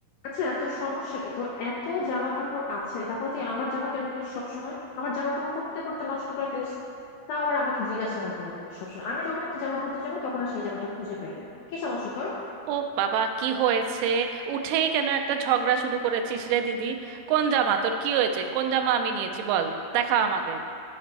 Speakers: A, on the left; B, on the right.
A: আচ্ছা তোর সমস্যা কি তোর এত জামা কাপড় আছে তারপর তুই আমার জামা কেন পরিস সবসময় আমার জামা কাপড় পরতে পরতে নষ্ট করে ফেলিস তাও আবার আমাকে জিজ্ঞাসা না করে পরিস সবসময় আমি যখন একটা জামা পরতে যাবো তখন আর সেই জামাটা খুঁজে পাই না কি সমস্যা তোর
B: ও বাবা কি হয়েছে উঠেই কেন একটা ঝগড়া শুরু করেছিস রে দিদি কোন জামা তোর কি হয়েছে কোন জামা আমি নিয়েছি বল দেখা আমাকে